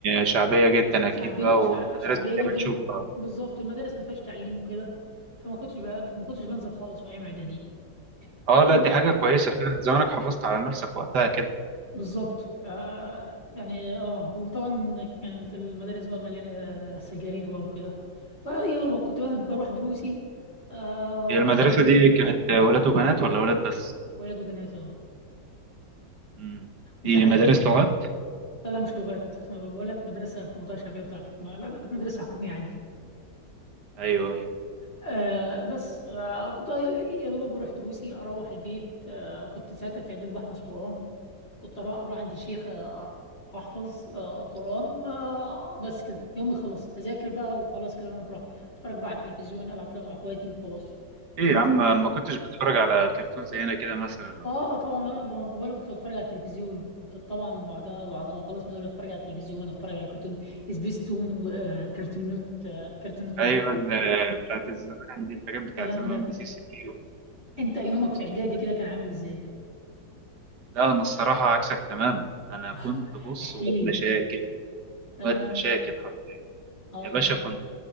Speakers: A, on the right; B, on the left.
A: شعبية جدا
B: فشعبي
A: اكيد بقى
B: شع...
A: ومدرسة
B: شعبيه
A: دي
B: جدا
A: بنشوفها
B: وبالظبط المدارس ما فيهاش تعليم وكده فما كنتش ب... فما كنتش بنزل خالص في ايام اعدادي
A: اه
B: آه
A: لا
B: ب...
A: دي حاجة كويسة فعلا زمانك حافظت على نفسك وقتها كده
B: بالظبط آه يعني اه وطبعا كانت المدارس بقى مليانه سجاير بقى وكده فيا دوبك كنت بقى بروح دروسي آه
A: هي المدرسة دي كانت آه، ولاد وبنات ولا ولاد بس
B: ولاد وبنات اه
A: امم
B: وفي
A: دي
B: حاجات
A: مدارس لغات
B: لا لا مش لغات أنا بقول لك مدرسه في منطقه شعبيه بتاعتك لا لا كانت مدرسه حكوميه عادي
A: ايوه ايوه
B: آه بس آه كنت يا يا دوبك بروح دروسي اروح البيت آه كنت ساعتها في اعدادي بحفظ قرآن كنت اروح اروح عند الشيخ آه احفظ آه قرآن وبس كده يومي يخلص اذاكر بقى وخلاص كده انا براحتي اتفرج بقى على التلفزيون العب شويه مع اخواتي وخلاص
A: ايه
B: انت
A: يا عم ما كنتش بتفرج على كرتون زي هنا كده مثلا ولا
B: اه
A: ايه
B: طبعا بقول كنت بتفرج على التلفزيون كنت طبعا بعدها بعدها خلاص مذاكره اتفرج على التلفزيون اتفرج على كرتون سبيستون وكرتون نت آه، كرتون نتورك
A: ايوه ال- بتاعت الزمان دي الحاجات بتاعت
B: والكلام
A: زمان
B: ده
A: ام بي سي سي بي
B: انت يومك
A: وسبيستون
B: في اعدادي كده كان عامل ازاي
A: لا انا الصراحه عكسك تماما انا
B: آه.
A: كنت بص
B: احكي
A: واد
B: لي
A: مشاكل
B: تمام
A: واد مشاكل حرفيا
B: اه
A: يا باشا كنت